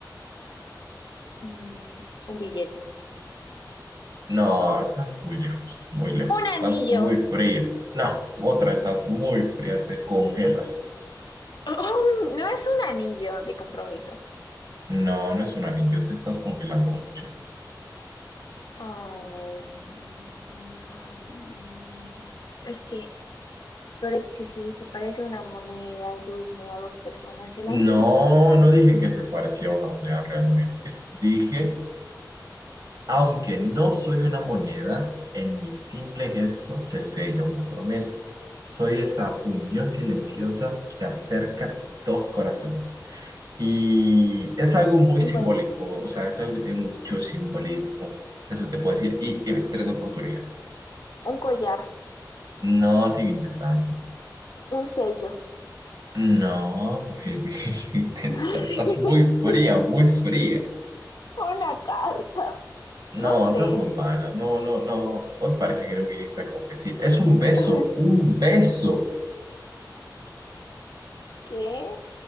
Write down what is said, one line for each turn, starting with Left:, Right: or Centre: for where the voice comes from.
Left: Mm, un billete.
Right: No, estás muy lejos, muy lejos.
Left: Un
Right: Estás
Left: anillo.
Right: muy fría. No, otra, estás muy fría, te congelas.
Left: <laughs> <clears throat> No es un anillo de compromiso.
Right: No, no es un anillo, te estás congelando mucho.
Left: Ah, mm, es que, pero es que sí, se parece a una moneda y une a dos personas el
Right: No,
Left: anillo.
Right: no dije que se parecía a una moneda realmente. Dije, aunque no soy una moneda, en mi simple gesto se sella una promesa. Soy esa unión silenciosa que acerca dos corazones. Y es algo muy
Left: Un
Right: simbólico,
Left: cuello.
Right: o sea, es algo que tiene mucho simbolismo. Eso te puedo decir. Y tienes tres oportunidades.
Left: un collar,
Right: No, sigue intentando.
Left: un sello,
Right: No, baby, <laughs> te-
Left: <laughs>
Right: está- estás muy fría, muy fría.
Left: una carta,
Right: No,
Left: no sé.
Right: estás muy mala. No, no, no. Hoy parece que no viniste a competir. Es un beso,
Left: <laughs>
Right: un beso.
Left: ¿Qué?